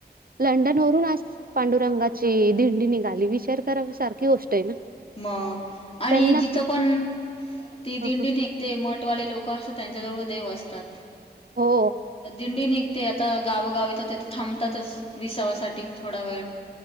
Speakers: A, on the right; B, on the left.
A: लंडन वरून अस पांडुरंगाची दिंडी निघाली विचार करा सारखी गोष्ट आहे ना
B: मग आणि
A: त्यांना
B: जिथं
A: कित
B: पण ती दिंडी
A: हं, हं.
B: निघते मठवाले लोक असतात त्यां वळ देव असतात
A: हो.
B: तर दिंडी निघते आता गावा गावितातथ थांबतातच विसावासाठी थोडा वेळ